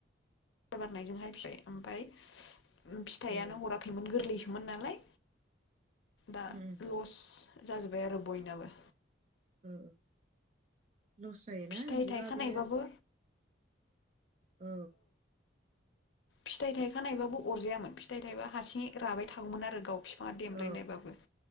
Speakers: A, on the left; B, on the right.
A: <inaudible> फिथाइयानो
B: ए उम
A: हराखैमोन गोरलैस मोन नालाय दा
B: उम
A: लस जाजोब्बाय आरो बयनाबो
B: ओ लस जायोना
A: फिथाइ
B: बिदिबा
A: थायखानायबाबो
B: बे औ।
A: फिथाइ थायखानायबाबो अरजायामोन फिथाइ थाइबा हारसिंयै राबाय थागौमोन आरो गाव। बिफांआ देमलायनायबाबो।
B: औ
A: <inaudible>